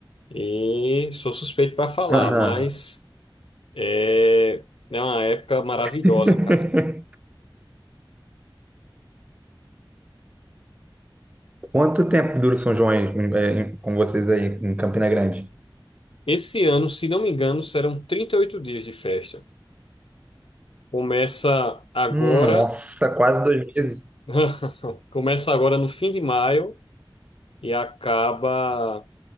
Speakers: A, on the left (about 90°); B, on the right (about 15°).
A: e sou suspeito para falar,
B: Aham.
A: mas. É, é uma época maravilhosa,
B: <laughs>
A: cara.
B: Quanto tempo dura o São João aí, em- é, em- com vocês aí em Campina Grande?
A: Esse ano, se não me engano, serão 38 dias de festa. Começa agora,
B: Nossa, quase dois meses.
A: <laughs> começa agora no fim de maio e acaba